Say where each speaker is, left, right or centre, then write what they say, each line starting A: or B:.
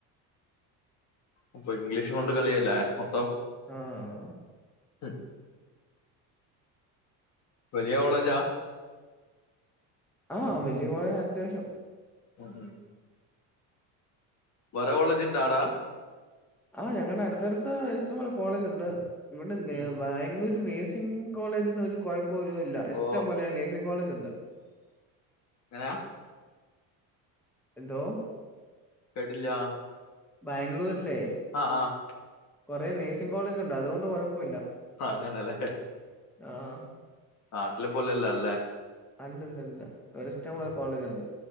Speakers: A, on the left; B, in the centre.
A: അപ്പൊ ഇംഗ്ലീഷ് കൊണ്ട് കളിയല്ലേ മൊത്തം
B: ഉം
A: ഉം വലിയ കോളേജാ
B: ആഹ് വലിയ കോളേജ അത്യാവശ്യം
A: ഉം ഉം വേറെ കോളേജ് ഉണ്ടാ ആടെ
B: ആഹ് ഞങ്ങടെ അടുത്തടുത്ത് ഇഷ്ടംപോലെ കോളേജ് ഉണ്ട് ഇവിടെ
A: ഉം
B: ബാ ളൂരു നഴ്സിംഗ കോളേജന് ഒരു കുഴപ്പൊ ഇല്ല ഇഷ്ടംപോലെ
A: ഓ
B: നേഴ്സിംങ് കോളേജ് ഒണ്ട്
A: എങ്ങനെയ
B: എന്തോ
A: കേട്ടില്ലാ
B: ബാംഗ്ലൂരില്ലേ
A: ആഹ് ആഹ്
B: കുറെേ നേഴ്സിംഗ കോളേജ് ഉണ്ട് അതുകൊണ്ട് കുഴപ്പില്ല
A: ആഹ് അങ്ങനെല്ലേ
B: ആഹ്
A: നാട്ടിലെ പോലെല്ല അല്ലേ
B: അല്ലല്ലല്ല ഇവിടെ ഇഷ്ടം പോലെ കോളേജ്ണ്ട്